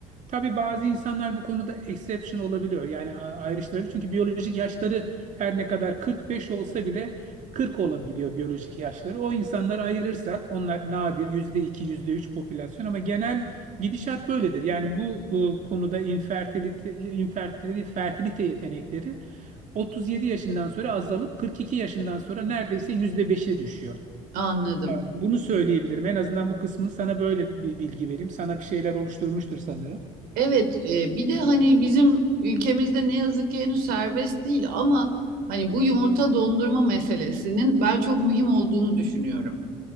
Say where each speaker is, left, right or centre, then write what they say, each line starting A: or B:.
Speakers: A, on the right; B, on the right.
A: Tabii bazı insanlar bu konuda exception olabiliyor. Yani a- ayrıştırabilir. Çünkü biyolojik yaşları her ne kadar 45 olsa bile 40 olabiliyor biyolojik yaşları. O insanları ayırırsak onlar nadir %2, %3 popülasyon ama genel gidişat böyledir. Yani bu e, konuda infertilite, infertilite değil, fertilite yetenekleri 37 yaşından sonra azalıp 42 yaşından sonra neredeyse %5'e düşüyor.
B: Anladım.
A: Ya, Bunu söyleyebilirim. En azından bu kısmını sana böyle bir bilgi vereyim. Sana bir şeyler oluşturmuştur sanırım.
B: Evet, e, bir de hani bizim ülkemizde ne yazık ki henüz serbest değil ama hani bu yumurta dondurma meselesinin ben çok mühim olduğunu düşünüyorum.